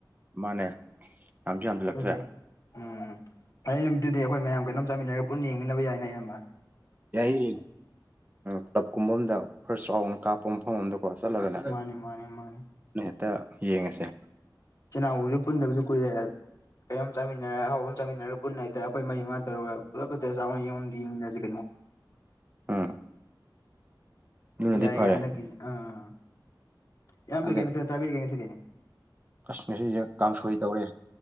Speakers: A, on the right (about 25°); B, on the left (about 50°).
A: ꯃꯥꯅꯦ ꯌꯥꯝꯁꯨ ꯍꯥꯝꯖꯤꯜꯂꯛꯇ꯭ꯔꯦ
B: ꯑꯗꯨꯗꯤ ꯎꯝ ꯐꯅꯤꯦꯛ ꯅꯨꯃꯤꯠꯇꯨꯗꯤ ꯑꯩꯈꯣꯏ ꯃꯌꯥꯝ ꯀꯩꯅꯣꯝ ꯆꯥꯃꯤꯟꯅꯔꯒ ꯄꯨꯟꯅ ꯌꯦꯡꯃꯤꯟꯅꯕ ꯌꯥꯏꯅꯦ ꯑꯌꯥꯝꯕ
A: ꯌꯥꯏꯌꯦ ꯀ꯭ꯂꯕ ꯀꯨꯝꯕ ꯑꯝꯗ ꯈꯔꯥ ꯆꯥꯎꯅ ꯀꯥꯞꯄ ꯃꯐꯝ ꯑꯗ ꯀꯣ ꯆꯠꯂꯒꯅꯦ
B: ꯃꯥꯅꯤ ꯃꯥꯅꯤ ꯃꯥꯅꯤ
A: ꯍꯦꯛꯇ ꯌꯦꯡꯉꯁꯦ
B: ꯆꯤꯜꯅꯥꯎꯕꯁꯨ ꯄꯨꯟꯗꯕꯁꯨ ꯀꯨꯏꯔꯦ ꯀꯩꯅꯣꯝ ꯆꯥꯃꯤꯟꯅꯔ ꯑꯍꯧꯕ ꯑꯃ ꯆꯥꯃꯤꯟꯅꯔꯒ ꯄꯨꯟꯅ ꯑꯩꯈꯣꯏ ꯃꯥ ꯇꯔꯨꯔ ꯄꯨꯂꯞꯄ ꯆꯥꯎꯅ ꯌꯦꯉ ꯌꯦꯡꯃꯤꯟꯅꯁꯤꯒꯦ
A: ꯎꯝ ꯑꯗꯨꯅꯗꯤ
B: ꯌꯥꯏ
A: ꯐꯔꯦ
B: ꯌꯥꯏ ꯍꯟꯗꯛꯀꯤꯁꯤ ꯑꯥ ꯏꯌꯥꯝꯒꯦ
A: ꯑꯗꯩ
B: ꯃꯗ ꯆꯥꯕꯤꯔꯛꯒꯦ ꯉꯁꯤꯗꯤ
A: ꯑꯁ ꯉꯁꯤꯁꯦ ꯀꯥꯡꯁꯣꯏ ꯇꯧꯔꯦ